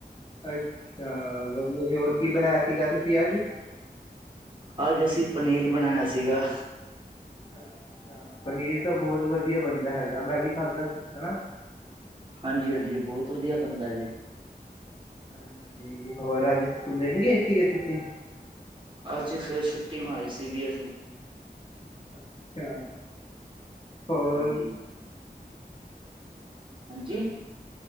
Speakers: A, on the left; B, on the right.
A: ਅੱਛਾ ਵਧੀਆ ਹੋਰ ਕੀ ਬਣਾਇਆ ਸੀਗਾ ਤੁਸੀਂ ਅੱਜ
B: ਅੱਜ ਅਸੀਂ ਪਨੀਰ ਬਣਾਇਆ ਸੀਗਾ
A: ਅੱਛਾ ਪਨੀਰ ਤਾਂ ਬਹੁਤ ਵਧੀਆ ਬਣਦਾ ਹੈਗਾ ਮੈਂ ਵੀ ਖਾਧਾ ਸੀ ਹਨਾ
B: ਹਾਂਜੀ ਹਾਂਜੀ ਬਹੁਤ ਵਧੀਆ ਬਨਦਾ ਜੀ
A: ਹਾਂਜੀ ਹੋਰ ਅੱਜ ਸਕੂਲੇ ਨੀ ਗਏ ਸੀਗੇ ਤੁਸੀਂ
B: ਅੱਜ ਫੇਿਰ ਛੁੱਟੀ ਮਾਰੀ ਸੀਗੀ ਅਸੀਂ
A: ਅੱਛਾ ਹੋਰ
B: ਹਾਂਜੀ, ਹਾਂਜੀ